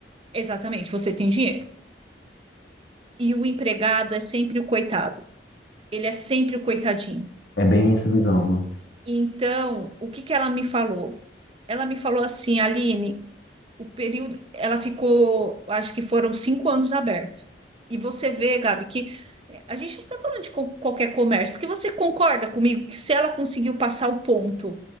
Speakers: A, on the right; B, on the left.
A: Exatamente, você tem dinheiro. E o empregado é sempre o coitado, ele é sempre o coitadinho.
B: É bem essa visão, viu?
A: Então, o que que ela me falou? Ela me falou assim, Aline, o período, ela ficou, acho que foram cinco anos aberto. E você vê, Gabi, que eh, a gente não está falando de co- qualquer comércio, porque você concorda comigo que se ela conseguiu passar o ponto